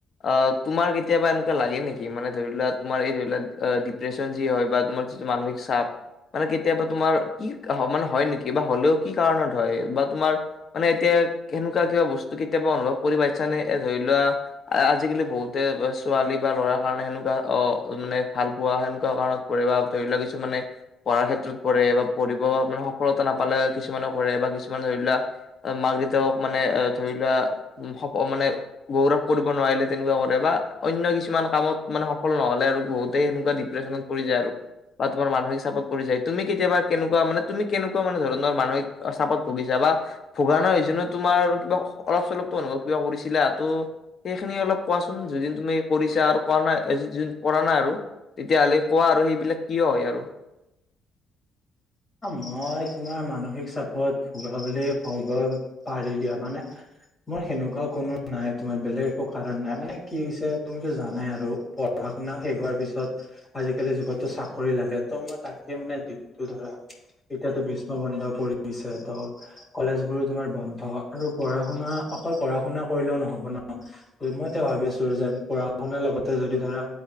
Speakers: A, on the left; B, on the left.
A: আ তোমাৰ কেতিয়াবা এনেকা লাগে নেকি মানে ধৰি লোৱা তোমাৰ এই ধৰি লোৱা ডিপ্ৰেচন যি হয় বা তোমাৰ, যিটো মানসিক চাপ মানে কেতিয়াবা তোমাৰ কি হ মানে হয় নেকি বা হ'লেও কি কাৰণত হয় বা তোমাৰ, মানে এতিয়া কেনেকুৱা কিবা বস্তু কেতিয়াবা অনুভৱ কৰি পাইছা নে এ ধৰি লোৱা, আজিকালি বহুতে ছোৱালী বা ল'ৰাৰ কাৰণে সেনেকুৱা অ মানে ভাল পোৱা সেনেকুৱা কাৰণত বা ধৰি লোৱা কিছু মানে পঢ়াৰ ক্ষেত্ৰত পৰে বা পঢ়িব মানে, সফলতা নাপালে কিছুমানে কৰে বা কিছুমানে ধৰি লোৱা মাক দেউতাক মানে ধৰি লোৱা উম হপ মানে গৌৰৱ কৰিব নোৱাৰিলে তেনেকুৱা কৰে বা অন্য কিছুমান কামত মানে সফল নহলে আৰু বহুতেই সেনেকুৱা ডিপ্ৰেছনত পৰি যায় আৰু বা তোমাৰ মানসিক চাপত পৰি যায় তুমি কেতিয়াবা কেনেকুৱা মানে তুমি কেনেকুৱা মানে ধৰণৰ মানসিক চাপত ভুগিচা বা ভগানৰ হৈছো তোমাৰ কিবা অলপ চলপ অনুভৱ কিবা কৰিছিলো টো সেইখিনি অলপ কোৱাচোন যদিন তুমি কৰিছা আৰু কোৱা নাই য কৰা নাই আৰু তেতিয়া হ'লে কোৱা আৰু সেইবিলাক কিয় হয় আৰু
B: মই তোমাৰ মানসিক চাপত ভোগা বুলি কব পাৰি দিয়া মানে, মোৰ সেনেকুৱা কোনো নাই তোমাৰ বেলেগ একো কাৰণ নাই মানে কি হৈছে তুমিতো জানাই আৰু পঢ়া শুনা শেষ হোৱাৰ পিছত আজিকালি যুগতো চাকৰি লাগে ত' মই তাকে মানে দিনটো ধৰা, এতিয়াতো গ্ৰীষ্ম বন্ধ পৰিছে ত, কলেজ বোৰো তোমাৰ বন্ধ আৰু পঢ়া শুনা অকল পঢ়া শুনা কৰিলেও নহব ন মই এতিয়া ভাবি আছো যে পঢ়া শুনাৰ লগতে যদি ধৰা